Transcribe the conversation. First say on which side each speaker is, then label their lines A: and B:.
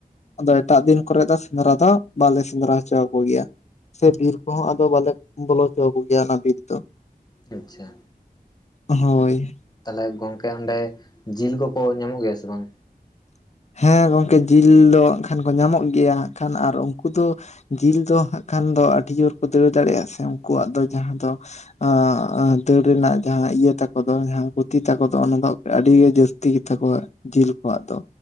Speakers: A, on the left (about 45°); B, on the left (about 25°).
A: ᱟᱫᱚ ᱮᱴᱟᱜ ᱫᱤᱱ ᱠᱚᱨᱮ ᱫᱚ ᱥᱮᱸᱫᱽᱨᱟ ᱫᱚ ᱵᱟᱞᱮ ᱥᱮᱸᱫᱽᱨᱟ ᱦᱚᱪᱚ ᱟᱠᱚ ᱜᱮᱭᱟ᱾ ᱥᱮ ᱵᱤᱨ ᱠᱚᱦᱚᱸ ᱟᱫᱚ ᱵᱟᱞᱮ ᱵᱚᱞᱚ ᱦᱚᱪᱚᱣᱟ ᱠᱚᱜᱮᱭᱟ ᱚᱱᱟ ᱵᱤᱨ ᱫᱚ
B: ᱟᱪᱪᱷᱟ
A: ᱦᱳᱭ
B: ᱛᱟᱞᱦᱮ ᱜᱚᱝᱠᱮ ᱚᱸᱰᱮ ᱡᱤᱞ ᱠᱚᱠᱚ ᱧᱟᱢᱚᱜ ᱜᱮᱭᱟ ᱥᱮ ᱵᱟᱝ?
A: ᱦᱮᱸ ᱜᱚᱢᱠᱮ ᱡᱤᱞ ᱫᱚ ᱦᱟᱸᱜ ᱠᱷᱟᱱ ᱠᱚ ᱧᱟᱢᱚᱜ ᱜᱮᱭᱟ ᱦᱟᱸᱜ ᱠᱷᱟᱱ ᱟᱨ ᱩᱝᱠᱩ ᱫᱚ ᱡᱤᱞ ᱫᱚ ᱦᱟᱸᱜ ᱠᱷᱟᱱ ᱫᱚ ᱟᱹᱰᱤ ᱡᱳᱨ ᱠᱚ ᱫᱟᱹᱲ ᱫᱟᱲᱮᱭᱟᱜᱼᱟ ᱥᱮ ᱩᱱᱠᱩᱣᱟᱜ ᱫᱚ ᱡᱟᱦᱟᱸ ᱫᱚ ᱟᱸ ᱫᱟᱹᱲ ᱨᱮᱱᱟᱜ ᱡᱟᱦᱟᱸ ᱤᱭᱟᱹ ᱛᱟᱠᱚ ᱫᱚ ᱡᱟᱦᱟᱸ ᱜᱩᱛᱤ ᱛᱟᱠᱚ ᱫᱚ ᱚᱱᱟ ᱫᱚ ᱟᱹᱰᱤ ᱜᱮ ᱡᱟᱹᱥᱛᱤ ᱜᱮ ᱛᱟᱠᱚᱣᱟ ᱡᱤᱞ ᱠᱚᱣᱟᱜ ᱫᱚ᱾